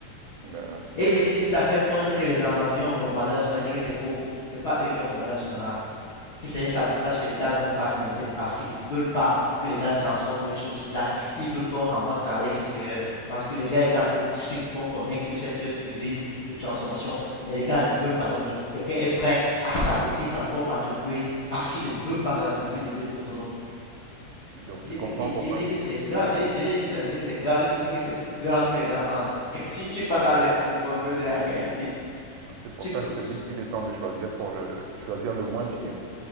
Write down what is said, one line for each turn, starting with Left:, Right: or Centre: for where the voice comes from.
Right: Ben ouais.
Left: Et il me dit que cette affaire, quand on dit que les ambassadeurs ont bombardé la Sonara, il dit que c'est faux. C'est pas eux qui ont bombardé la Sonara. que c'est un sabotage que les gars m'ont fait en interne parce qu'ils ne veulent pas que les gars transforment les choses sur place. Ils veulent qu'on renvoie ça à l'extérieur parce que les gars étaient en train de pousser pour qu'on connecte cette usine de transformation. Mais les gars ne veulent pas. Donc, du coup, quelqu'un est prêt à saboter sa propre entreprise parce qu'il ne veut pas que l'entreprise devienne autonome.
Right: Donc
Left: Je
Right: tu comprends
Left: dis
Right: pourquoi je
Left: que, que
Right: te
Left: c'est
Right: disais,
Left: grave. Je, je dis que ça veut dire que c'est grave. Il me dit que c'est plus grave que les gens pensent. <laughs> Si tu vas dans les profondeurs de la réalité,
Right: c'est pour
Left: tu
Right: ça
Left: peux,
Right: que je te dis qu'il est temps de choisir pour le choisir le moins pire.